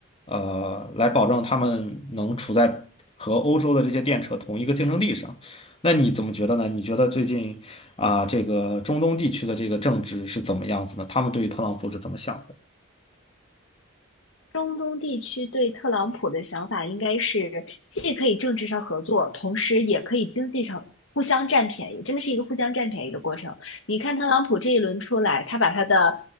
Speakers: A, on the left; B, on the left.
A: 呃，来保证他们能处在和欧洲的这些电车同一个竞争力上。那你怎么觉得呢？你觉得最近啊，这个中东地区的这个政治是怎么样子呢？他们对于特朗普是怎么想的？
B: 中东地区对特朗普的想法应该是，既可以政治上合作，同时也可以经济上互相占便宜，真的是一个互相占便宜的过程。你看特朗普这一轮出来，他把他的